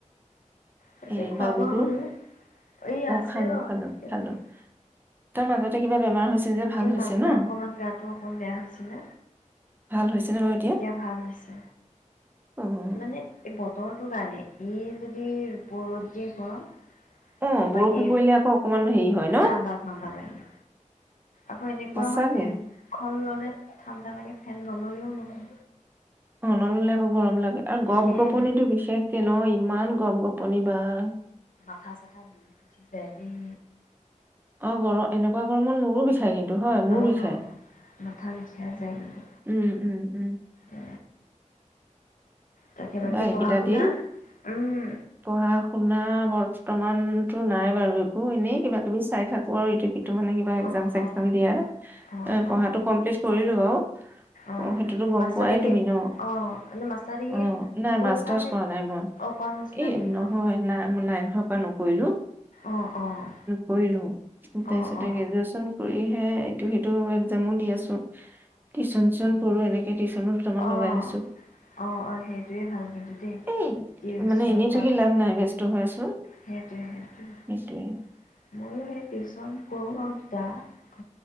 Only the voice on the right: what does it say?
এই
বাবুতো
খালো
খালো
খালো
তাৰ মাজতে কিবা বেমাৰ হৈছে যে ভাল
ন
ভাল হৈছেনে বাৰু
অ',
অ',
বৰষুণ
পৰিলে আকৌ অকমান হেৰি হয় ন?
সঁচাকে
অ, ন-ললে আকৌ গৰম লাগে। আৰু গম
গপ-গপনিটো বিশেষকে ন? ইমান গম-গপনি বা-
অ- গৰ, এনেকুৱা গৰমত মোৰো বি বিষাই কিন্তু হয় মোৰ
বিষাই,
উম, উম, উম,
কিবা
এইকেইটা
দিন,
পঢ়া শুনা বৰ্তমান- ইমানতো নাই বাৰু একো, এনেই কিবা কিবি চাই থাকো আৰু ইটো-সিটো। এইটো মানে কিবা এক্সজাম
চেক্সজাম
দিয়াৰ,
পঢ়াটো
একম্পিলত কৰিলোঁ বাৰু,
সেইটোটো গম
পোৱাই
তুমি ন?
অ- নাই
মাষ্টাৰ্চ
কৰা নাই মই,
এই
নহয়
নাই মই নাই নহয় মই নকৰিলোঁ কইলো <unintelligible>
কৰিলো, তাৰপিছতে
গ্ৰেজুৱেচন কৰি- কৰিহে, ইটো সিটো এক্সজামো দি আছো। টিচন চিচন কৰো এনেকে টিউচনো দুটামান
লগাই লৈছো
এই
মানে এনেই
থাকি লাভ নাই ব্যস্ত হৈ আছো
সেইটোয়ে